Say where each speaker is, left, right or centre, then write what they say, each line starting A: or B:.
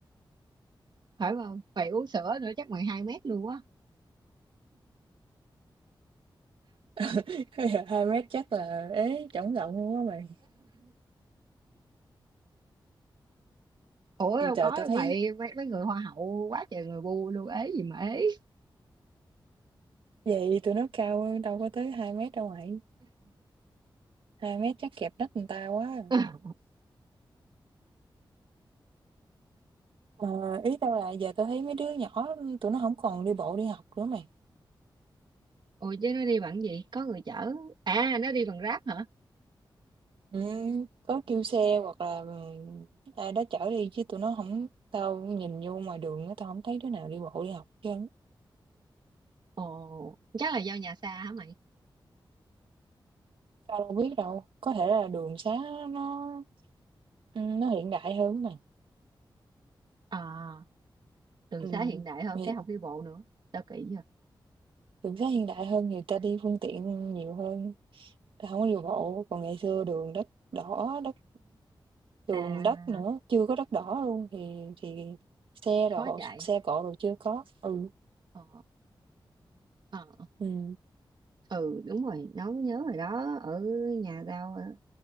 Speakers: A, on the right; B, on the right.
A: phải không Mày uống sữa nữa chắc mày 2 mét luôn á
B: <laughs> hai mét chắc là ế chổng rộng luôn á mày
A: Ủa đâu
B: trời
A: có
B: tao
A: đâu
B: thấy
A: mày Mấy, mấy người hoa hậu quá trời người bu luôn Ế gì mà ế
B: vậy tụi nó cao hơn, đâu có tới hai mét đâu mày hai mét chắc kẹp nách người ta quá
A: <laughs>
B: mà ý tao là giờ tao thấy mấy đứa nhỏ tụi nó không còn đi bộ đi học nữa mày
A: Ồ chứ nó đi bằng gì? Có người chở. À nó đi bằng Grab hả?
B: ừ, có kêu xe hoặc là ừ, ai đó chở đi chứ tụi nó không tao nhìn vô ngoài đường á tao không thấy đứa nào đi bộ đi học chứ
A: Ồ chắc là do nhà xa hả mày?
B: Tao đâu biết đâu, có thể là đường xá nó, ừ, nó hiện đại hơn mà.
A: À đường
B: Ừm,
A: xá hiện đại hơn
B: thì
A: cái không đi bộ nữa. tao kỹ vậy?
B: đường xá hiện đại hơn thì ta đi phương tiện nhiều hơn, ta hổng có đi bộ, còn ngày xưa đường đất đỏ, đất, đường
A: à
B: đất nữa, chưa có đất đỏ luôn thì thì xe
A: khó
B: độ
A: chạy
B: xe cộ đồ chưa có. Ừ,
A: ờ ờ
B: ừ
A: ừ đúng rồi nói mới nhớ rồi đó ở nhà tao ở